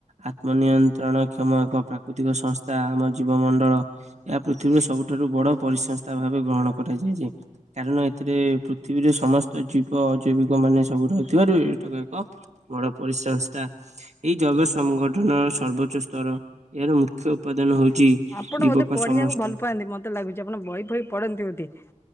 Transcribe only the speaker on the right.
ଆତ୍ମନିୟନ୍ତ୍ରଣ କ୍ଷମ ଏକ ପ୍ରାକୃତିକ ସଂସ୍ଥା, ଆମ ଜୀବମଣ୍ଡଳ ଏହା ପୃଥିବୀର ସବୁଠାରୁ ବଡ ପରିସଂସ୍ଥା ଭାବେ ଗ୍ରହଣ କରାଯାଇଛି। କାରଣ ଏଥିରେ ପୃଥିବୀର ସମସ୍ତ ଜୀବ ଅଜୈବିକ ମାନେ ସବୁ ରହିଥିବାରୁ ଏଇଟାକ ଏକ। ବଡ ପରିସଂସ୍ଥା ଏଇ ଜୈବ ସଂଗଠନର ସର୍ବୋଚ୍ଚ ସ୍ତର। ଏହାର ମୁଖ୍ୟ ଉପାଦାନ ହଉଛି
ଜୀବକ
ସମଷ୍ଟି